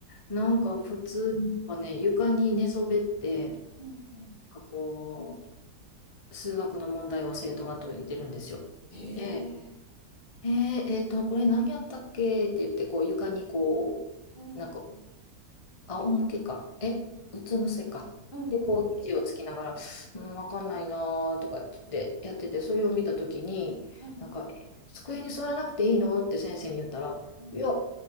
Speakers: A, on the left; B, on the left.
A: なんか普通、なんかね、床に寝そべって、なん
B: うんうん
A: かこう、数学の問題を生徒が解いてるんですよ。
B: へえ
A: で、えー、えーと、これ何やったっけって言って、こう床にこ
B: うんうん
A: う、なんか仰向けか。え、うつ伏せか。
B: うんうんうん
A: で、こう、肘をつきながら、うん、わかんないなーとか言ってやってて、それを見たときに、
B: はい
A: なんか、え机に座らなくていいのって先生に言ったら、
B: うん
A: いや、